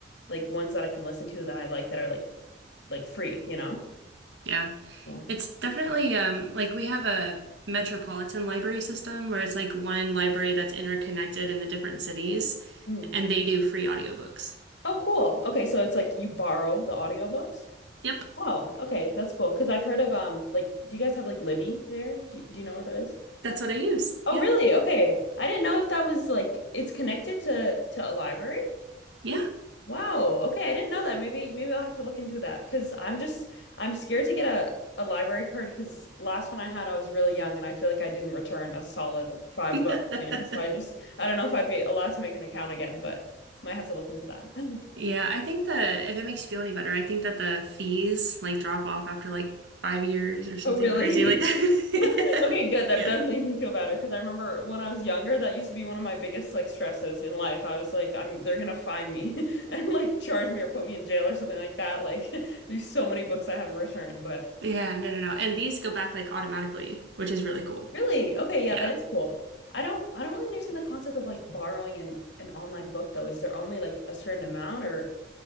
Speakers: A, on the left (about 70°); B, on the right (about 80°).
A: like ones that I can listen to that I like that are like like free, you know?
B: Yeah.
A: Yeah.
B: It's definitely um like we have a metropolitan library system where it's like one library that's interconnected in the different cities
A: Mm.
B: and they do free audiobooks.
A: Oh, cool. Okay, so it's like you borrow the audiobooks.
B: Yep,
A: Oh, okay, that's cool. Because I've heard of um, like, do you guys have like Libby there? Do, do you know what that is?
B: that's what I use.
A: Oh,
B: Yeah.
A: really? Okay, I didn't know if that was like it's connected to to a library.
B: Yeah.
A: Wow. Okay, I didn't know that. Maybe maybe I'll have to look into that because I'm just I'm scared to get a a library card because last one I had I was really young and I feel like I didn't return a solid like, five
B: <laughs>
A: bucks, you know. So I just I don't know if I'd be allowed to make an account again, but might have to look into that. <laughs>
B: Yeah, I think the if it makes you feel any better, I think that the fees like drop off after like five years or something
A: Oh, really?
B: crazy like that.
A: <laughs> Okay,
B: <laughs>
A: good. That
B: Yeah.
A: does make me feel better because I remember when I was younger, that used to be one of my biggest like stresses in life. I was like, I'm they're gonna find me <laughs> and like charge me or put me in jail or something like that. Like <laughs> there's so many books I haven't returned, but
B: Yeah, no, no, no. And these go back like automatically, which is really cool.
A: really, okay, yeah,
B: Yeah.
A: that is cool. I don't I don't really understand the concept of like borrowing an, an online book though. Is there only like a certain amount or